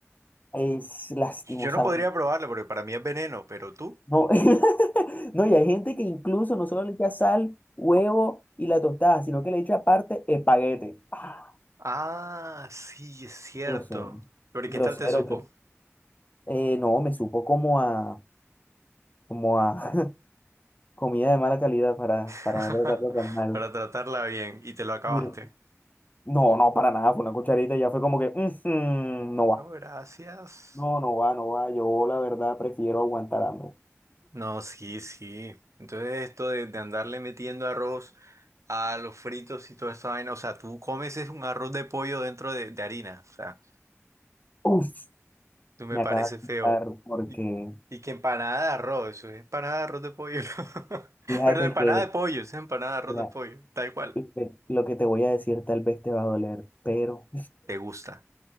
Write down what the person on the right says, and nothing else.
Yo no podría probarlo porque para mí es veneno, pero tú.
Ah, sí, es cierto.
Pero ¿y
¿qué tal te supo?
<laughs>
Para tratarla bien y te lo acabaste.
No, gracias.
No, sí, sí. Entonces esto de, de andarle metiendo arroz a los fritos y toda esa vaina, o sea, tú comes es un arroz de pollo dentro de, de harina, o sea,
tú me
parece
feo.
Y, y que empanada de arroz, eso es empanada de arroz de pollo. <laughs>
Perdón, empanada
de pollo, eso es empanada de arroz
de pollo, tal cual.
¿Te gusta?